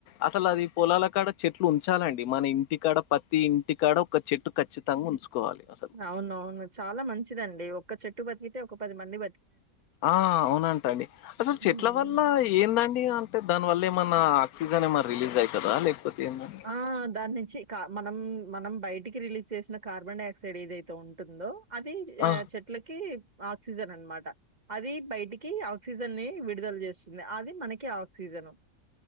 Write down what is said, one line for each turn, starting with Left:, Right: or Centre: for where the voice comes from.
Left: అసలు అది పొలాల కాడ చెట్లు ఉంచాలండి మన ఇంటికాడ పత్తి ఇంటికాడ ఒక చెట్టు ఖచ్చితంగా ఉంచుకోవాలి అసలు.
Right: అవున అవును చాలా మంచిదండి ఒక్క చెట్టు బతిక ఒక పదిమంది
Left: ఆ అవునంటా అండి అసలు
Right: హ్మ్.
Left: చెట్ల వల్ల ఏందండి అంటే దానివల్ల ఏమన్నా సీజన్ ఏమరి రిలీజ్ అవుతుదా లేకపోతే ఏందండి?
Right: ఆ దాని నుంచికా మనం మనం బయటికి రిలీజ్ చేసిన కార్బన్ డైఆక్సైడ్ ఏదైతే ఉంటుందో అది
Left: ఆ!
Right: చెట్లకి ఆక్సిజన్ అనమాట అది బయటికి ఆక్సిజన్ ని విడుదల చేస్తుంది అది మనకి ఆక్సిజన్ చను